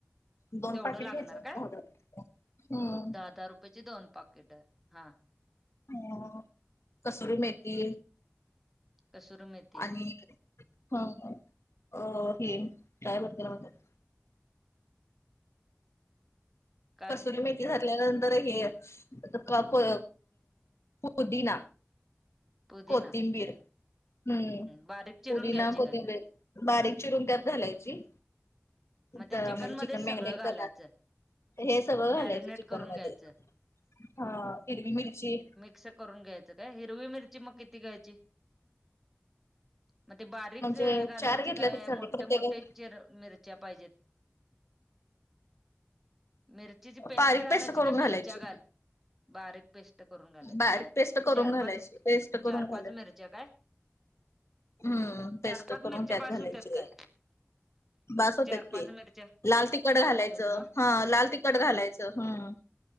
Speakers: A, on the left; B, in the centre.
A: दोन
B: तेवढं
A: पाकिट
B: लागणार
A: घ्यायचं
B: काय
A: दहा दहा. हम्म.
B: दहा दहा रु पच्ची दोन पाकीटं हा.
A: अ कस्तुरी मेथी
B: कसूर मे
A: आणि ह अ हे काय बोलता. <unintelligible>
B: काय
A: कस्तुरी मेथी घातल्यानंतर हे प पो पुदीना
B: पुदिना
A: कोथिंबीर हम्म
B: बारीक चिरून
A: पुदीना,
B: घ्यायची
A: कोथिंबीर
B: काय
A: बारीक चिरून त्यात घालायची. म्हणजे
B: मग त्या
A: चिकन
B: मध्येच
A: मॅगिनेट
B: सगळं घालायचं
A: करणार. हे सगळं
B: मॅरिनेट
A: घालायचं चिकन
B: करून
A: मध्ये
B: घ्यायचं
A: हा हिरवी मिरची
B: स करून घ्यायचं काय हिरवी मिरची मग किती घ्यायची? म ते बारीक
A: म्हणजे
B: घालायचे
A: चार घेतल्या
B: काय
A: तरी चालते
B: मोठे
A: प्रत्येका
B: मोठे चीर मिर च्या पाहिजते मिर चीची पेस्ट
A: बारीक
B: घालायची
A: करून
B: का
A: घालायची
B: मिरच्या घाल बारीक पेस्ट करून घालायच
A: बारीक
B: का
A: पेस्ट करून
B: चार-पाच,
A: घालायची पेस्ट करून
B: चार,
A: घालायची
B: पाच मिरच्या काय
A: हम्म पेस्ट
B: चार पाच
A: करून
B: मिरच्या
A: त्यात
B: बास
A: घालायचे.
B: होत्यात काय
A: बस होत्यात
B: चार
A: की
B: पाच मिरच्या
A: लाल तिखट
B: बास
A: घालायचं
B: होत्यात ना
A: हा लाल तिख कट घालायचं हम्म.